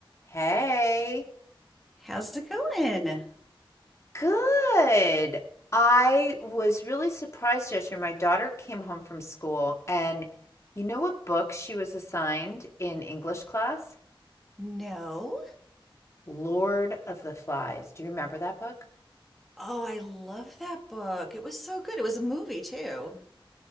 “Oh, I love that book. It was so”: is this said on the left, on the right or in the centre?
Centre